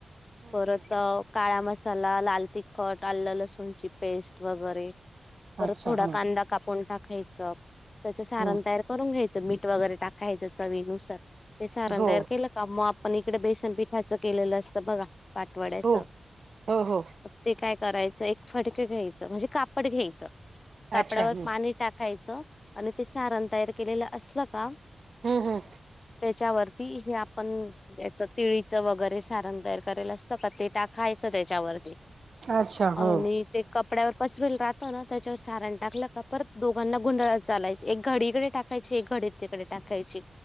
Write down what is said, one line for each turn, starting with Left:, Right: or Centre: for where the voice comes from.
Right: हम्म
Left: परत
Right: हम्म हम्म.
Left: काळा मस तला लाल तिखट आल लसूणची पेस्ट वगैरे परत
Right: अच्छा
Left: थोडा
Right: हं
Left: कांदा कापून टाकायचं त्याच सारण
Right: हं
Left: तयार करून घ्यायचं. मीठ वगैरे टाकायच चवीनुसार ते सारान
Right: हो
Left: तयार केलका म आपण इकडं बेसनपिठाचं केलेलं असत बघा पाठवड्याच
Right: हो हो हो
Left: ते काय करायचं एक फडक घ्यायचं म्हणजे कापड घ्यायचं कापडावर
Right: अच्छा हं
Left: पाणी टाकायचं. आणि ते सारण तयार केलेलं असलं का
Right: हं हं.
Left: ते त्याच्या वरती हे आपण द्याच तळीच वगैरे सारण तयार कराल असतं का ते टाखायच. त्याच्यावरती
Right: अच्छा
Left: आणि
Right: हो
Left: ते कपड्यावर. पसरल राहतो ना त्याच्यावर सारण टाकलं का परत दोघांना गुंडाळा चालायची एक घडी इकडे टाकायची एक घडी तिकडे टाकायची